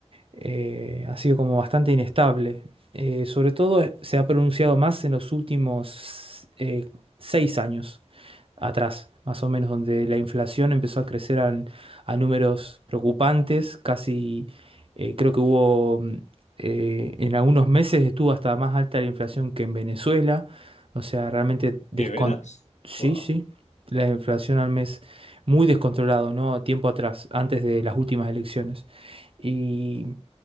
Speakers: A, on the right; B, on the left.
A: eh, ha sido como bastante inestable. Eh, sobre todo eh, se ha pronunciado más en los últimos eh, 6 años atrás, más o menos, donde la inflación empezó a crecer al- a, números preocupantes, casi eh, creo que hubo, mm, eh, en algunos meses estuvo hasta más alta la inflación que en Venezuela, o sea, realmente descon...
B: ¿De veras?
A: Sí,
B: Wow.
A: sí, la inflación al mes muy descontrolado, ¿no? Tiempo atrás, antes de las últimas elecciones. Y